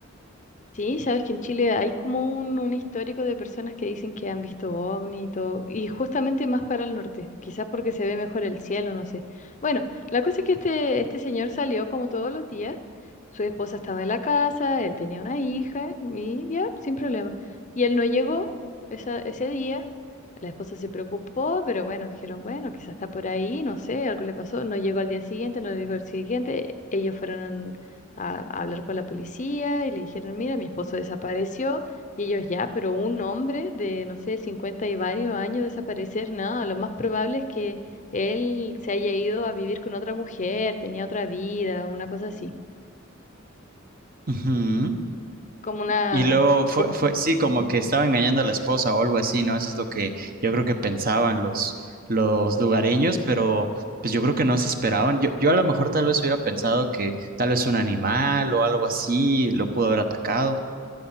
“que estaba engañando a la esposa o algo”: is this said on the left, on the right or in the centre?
Right